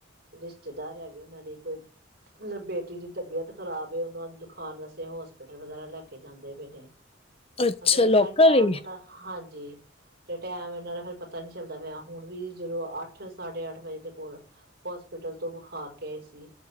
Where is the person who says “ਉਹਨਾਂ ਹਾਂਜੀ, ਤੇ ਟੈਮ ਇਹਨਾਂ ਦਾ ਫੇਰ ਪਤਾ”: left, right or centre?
Right